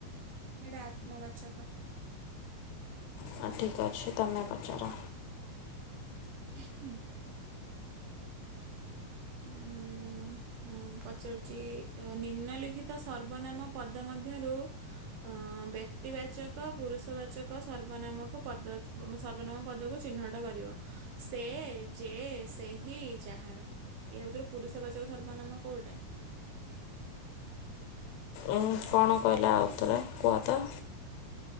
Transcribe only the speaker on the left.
ହଁ ଠିକ ଅଛି ତୋମେ ପଚାର।
ଉଁ, କଣ କହିଲ ଆଉଥରେ କୁହ ତ।